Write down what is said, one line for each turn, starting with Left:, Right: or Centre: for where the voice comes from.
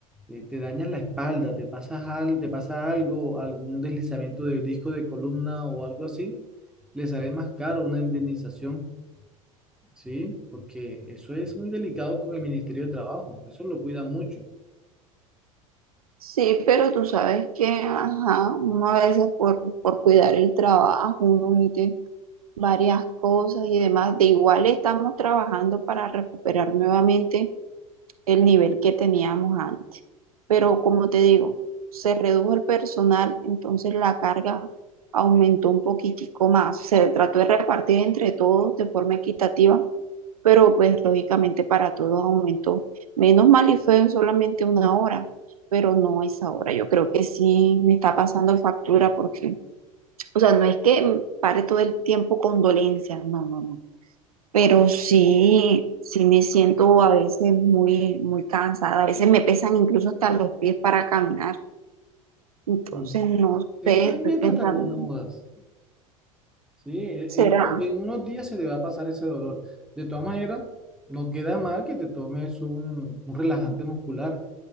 Centre: eh, te dañas la espalda, te pasas algo, te pasa algo, algún deslizamiento de disco de columna o algo así, le sale más caro una indemnización, ¿sí? Porque eso es muy delicado con el Ministerio de Trabajo, eso lo cuida mucho.
Right: Sí, pero tú sabes que, ajá, uno a veces por, por cuidar el trabajo, uno omite varias cosas y demás. De igual estamos trabajando para recuperar nuevamente el nivel que teníamos antes. Pero como te digo, se redujo el personal, entonces la carga aumentó un poquitico más. Se trató de repartir entre todos de forma equitativa, pero pues lógicamente para todos aumentó. Menos mal y fue solamente una hora, pero no esa hora. Yo creo que sí me está pasando factura porque... O sea, no es que pare todo el tiempo con dolencias, no, no, no. Pero sí, sí me siento a veces muy, muy cansada. A veces me pesan incluso hasta los pies para caminar. Entonces,
Centre: Mm.
Right: no
Centre: Eso
Right: sé, estoy
Centre: es mientras
Right: pensando,
Centre: te acomodas, ¿sí? E-
Right: ¿será?
Centre: En, uno- en unos días se te va a pasar ese dolor. De todas maneras, no queda mal que te tomes un, un relajante muscular.